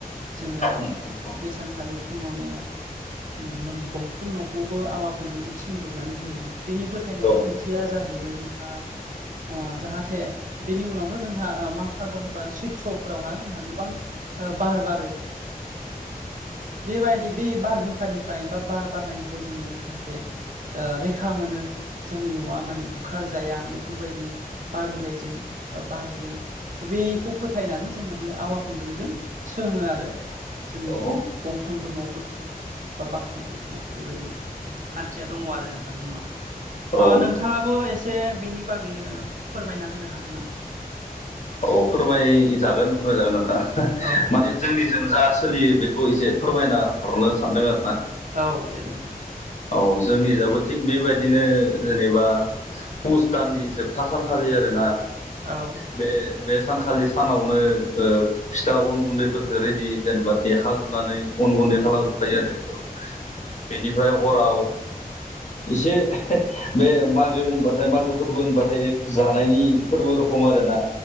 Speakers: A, on the right (about 55°); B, on the left (about 50°).
A: जोङो
B: औ
A: बे सानखालि फुङावनो गंफ्रुम न'खौबो आवा खुन्दुंजों सोंजोबनानै होयो बेनि फोथायनायनि
B: औ
A: ओंथिया जाहोन हैबाय जोंहा ओ जाहाथे बेनि उनावथ' जोंहा मा फागुन बा सैत्रफोरावहा जोंहा गोबां बार बारो बेबायदि बे बारहुंखानिफ्राय बा बार बारनायनिफ्राय जोङो जाहाथे ओ रैखा मोनो जोंनि न'आ माने बुखार जाया बेफोरबायदि बार मोदाइजों बारजों बेखौ फोथायनानै जोङो बे आवा खुन्दुंजों सोङो आरो जोंनि
B: औ
A: गंफ्रोमबो न'फोरखौ बा बाख्रिफोरखौ बेबायदि खान्थिया दङ आरो नोंथां जोंनाव
B: औ
A: ओ नोंथाङाबो ए से बेनि बागैनो फोरमायना होनो हागोन नामा?
B: औ फोरमायजागोन फोरमायजागोन नोंथा
A: औ
B: माने जोंनिजों जा सोलियो बेखौ एसे फोरमायना हरनो सानदों आरो ना
A: औ दे नोंथां
B: औ जोंनि जाबो थिग बेबायदिनो जेनेबा पुस दाननि जोबथा सानखालि आरोना
A: औ
B: बे बे सानखालि सानावनो ओ फिथा अन गुन्दैफोरखौ रेडि जेनेबा देखाजोबनानै अन गुन्दै
A: नंगौ
B: खालामजोबखायो आरो औ बेनिफ्राय हराव एसे बे मागो होनबाथाय मागो फोरबो होनबाथाय एक जानायनि फोरबो र खम आरो ना